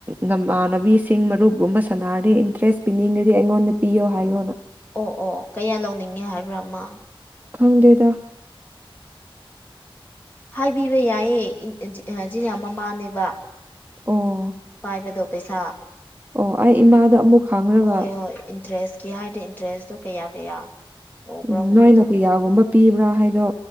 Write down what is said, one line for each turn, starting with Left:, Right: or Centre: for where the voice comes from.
Right: ꯅꯃꯥꯟꯅꯕꯤꯁꯤꯡ ꯃꯔꯨꯞꯒꯨꯝꯕ ꯁꯥꯟꯅꯔꯗꯤ ꯏꯟꯇꯔꯦꯁ ꯄꯤꯅꯤꯡꯉꯗꯤ ꯑꯩꯉꯣꯟꯗ ꯄꯤꯌꯣ ꯍꯥꯏꯌꯣꯅ
Left: ꯑꯣ ꯑꯣ ꯀꯌꯥ ꯂꯧꯅꯤꯡꯉꯦ ꯍꯥꯏꯕ꯭ꯔꯥ ꯃ
Right: ꯈꯪꯗꯦꯗ
Left: ꯍꯥꯏꯕꯤꯕ ꯌꯥꯏꯌꯦ ꯑ ꯖꯤꯅꯥ ꯃꯃꯥꯅꯦꯕ
Right: ꯑꯣ
Left: ꯐꯏꯕꯗꯣ ꯄꯩꯁꯥ
Right: ꯑꯣ ꯑꯩ ꯏꯃꯥꯗ ꯑꯃꯨꯛ ꯈꯥꯡꯔꯒ
Left: ꯍꯣꯏ ꯏꯟꯇꯔꯦꯁꯀꯤ ꯍꯥꯏꯗꯤ ꯏꯟꯇꯔꯦꯁꯇꯣ ꯀꯌꯥ ꯀꯌꯥ ꯇꯧꯕ꯭ꯔꯥꯒꯨꯝꯕꯗꯣ
Right: ꯎꯝ ꯅꯣꯏꯅ ꯀꯌꯥꯒꯨꯝꯕ ꯄꯤꯕ꯭ꯔꯥ ꯍꯥꯏꯗꯣ